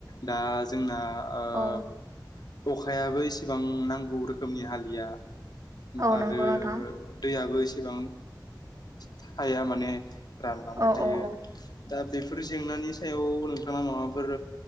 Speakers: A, on the left (about 60°); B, on the right (about 45°).
A: दा जोंना ओ
B: अ।
A: अखायाबो इसेबां नांगौ रोखोमनि हालिया
B: औ
A: आरो
B: नंगौ नोंथां
A: दैयाबो एसेबां थाया माने रानलांबाय
B: औ
A: थायो
B: औ औ
A: दा बेफोर जेंनानि सायाव नोंथाङा माबाफोर।